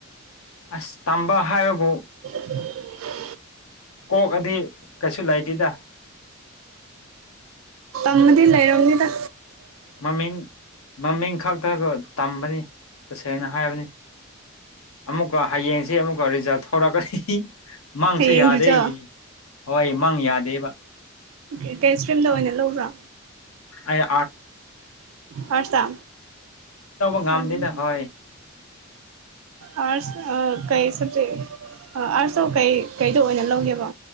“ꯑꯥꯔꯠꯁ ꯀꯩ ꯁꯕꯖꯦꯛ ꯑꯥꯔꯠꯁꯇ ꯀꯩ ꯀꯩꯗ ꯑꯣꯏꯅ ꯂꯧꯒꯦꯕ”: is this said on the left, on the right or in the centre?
Right